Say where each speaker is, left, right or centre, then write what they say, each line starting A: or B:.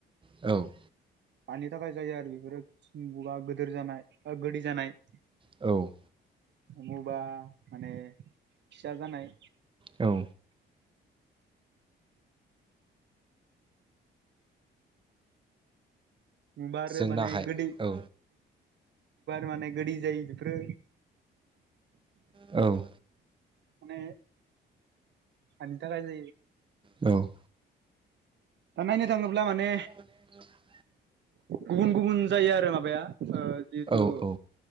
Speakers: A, on the right (about 25°); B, on the right (about 65°).
A: औ
B: मानि थाखाय जायो आरो बेफोरो बा गिदोर जानाय गोदै जानाय
A: औ
B: बबा माने फिसा जानाय
A: औ
B: बारो
A: जोंनाहाय
B: माने गोदै
A: औ
B: माने गोदै जायो बेफोरो
A: औ
B: माने हानि थाखाय जायो
A: औ
B: दा नायनो थाङोब्ला माने
A: <inaudible>
B: गुबुन गुबुन जायो आरो माबाया ओ जिहेथु
A: औ